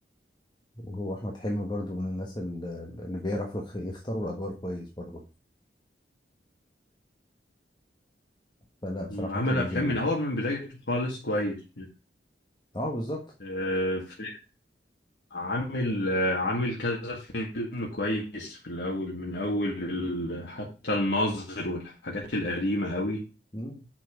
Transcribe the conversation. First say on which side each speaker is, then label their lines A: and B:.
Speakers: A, on the left (about 25°); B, on the left (about 75°).
A: وهو احمد حلمي برضو من الناس ال- اللي بيعرفوا يخ- يختاروا الادوار كويس برضو فلا بصراحه
B: مم، عمل
A: فيلم
B: أفلام
A: جميل
B: من هو من بدايته خالص كويس
A: اه بالظبط
B: أه في- عامل آه، عامل كذا فيلم كويس في الأول من أول ال- حتى الناظر والحاجات القديمة أوي
A: مم،